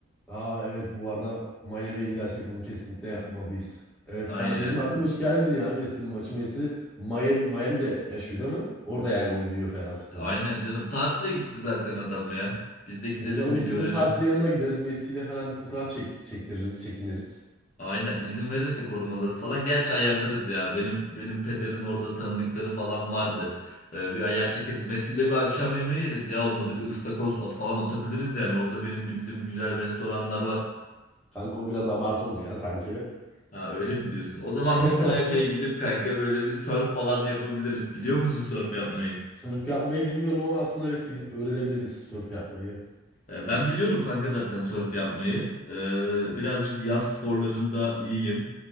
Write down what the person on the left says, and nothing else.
Aynen.
Aynen canım. Tatile gitti zaten adam ya. Biz de gidelim
bir
görelim.
Aynen. izin verirse korumaları falan. Gerçi ayarlarız ya. Benim benim pederin orada tanıdıkları falan vardı. Ee, bir ayar çekeriz. Messi'yle bir akşam yemeği yeriz ya. Olmadı bir ıstakoz at falan atabiliriz yani. Orada benim bildiğim güzel restoranlar var.
Ha öyle mi diyorsun? O zaman
biz Miami'ye gidip kanka böyle bir surf falan yapabiliriz. Biliyor musun surf yapmayı?
E, Ben biliyorum kanka zaten sörf yapmayı. E, birazcık yaz sporlarında iyiyim.